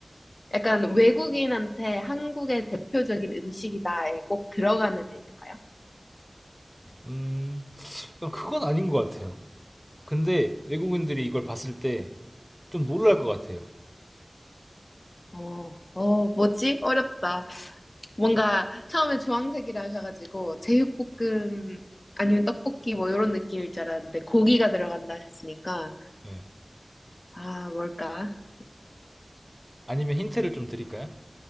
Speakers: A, on the left (about 50°); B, in the centre.
A: 약간 외국인한테 한국의 대표적인 음식이다에 꼭 들어가는 메뉴인가요?
B: 음, 그냥 그건 아닌 것 같아요. 근데, 외국인들이 이걸 봤을 때, 좀 놀랄 것 같아요.
A: 어, 어, 뭐지? 어렵다. 뭔가 처음에 주황색이라 하셔가지고 제육볶음 아니면 떡볶이 뭐 이런 느낌일 줄 알았는데 고기가 들어간다 하셨으니까
B: 네.
A: 아 뭘까?
B: 아니면 힌트를 좀 드릴까요?